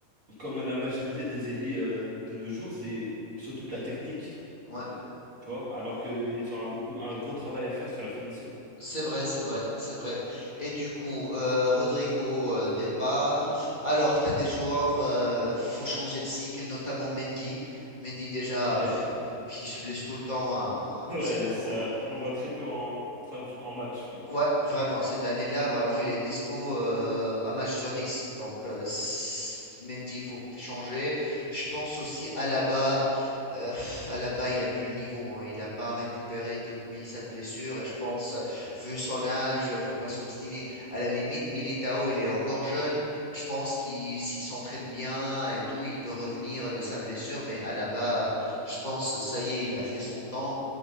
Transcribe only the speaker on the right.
comme la majorité des ailiers euh, de nos jours, c'est surtout de la technique.
Tu vois? Alors qu'ils ont un, beaucoup, un gros travail à faire sur la finition.
Mhm.
Ok?
<laughs> Ouais,
ça,
on le voit très peu en, en train de- en match, lui.